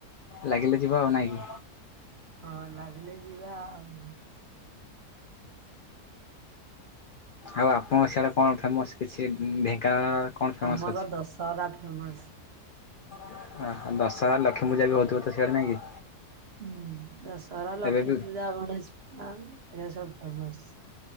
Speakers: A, on the left; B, on the right.
A: ଲାଗିଲେ ଯିବା ଆଉ ନାଇଁ କି?
B: ହଁ ଲାଗିଲେ ଯିବା ଆଉ।
A: ଆଉ ଆପଣଙ୍କ ସିଆଡେ କଣ ଫେମସ। ସେ ଢେଙ୍କାନାଳ କଣ ଫେମସ
B: ଆମର
A: ଅଛି।
B: ଦଶହରା ଫେମସ୍।
A: ଓ ଦଶହରା ଲକ୍ଷ୍ମୀ ପୂଜା ବି ହଉଥିବ ତ ସେଆଡେ ନାଇଁ କି।
B: ହୁଁ ଦଶହରା ଲକ୍ଷ୍ମୀ
A: ଏବେ ବି ହୁଁ
B: ପୂଜା ଗଣେଶ ପୂଜା ଏଇରା ସବୁ ଫେମସ।